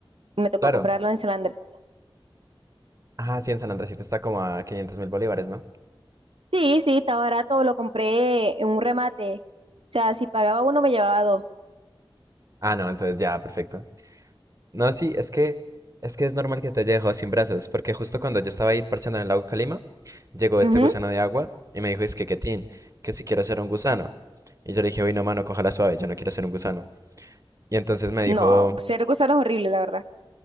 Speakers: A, on the right; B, on the right.
A: Me tocó
B: claro.
A: comprarlo en Selanders.
B: Ah, sí, en San Andresito está como a quinientos mil bolívares, ¿no?
A: Sí, sí, estaba barato, lo compré en un remate. O sea, si pagaba uno, me llevaba dos.
B: Ah, no, entonces ya, perfecto. No, sí, es que es que es normal que te haya dejado sin brazos, porque justo cuando yo estaba ahí parchando en el lago Calima, llegó este
A: Ujú.
B: gusano de agua y me dijo, es que Ketín, que si quiero ser un gusano. Y yo le dije, uy, no, mano, cójala suave, yo no quiero ser un gusano. Y entonces me dijo,
A: No, cero gusanos horrible, la verdad.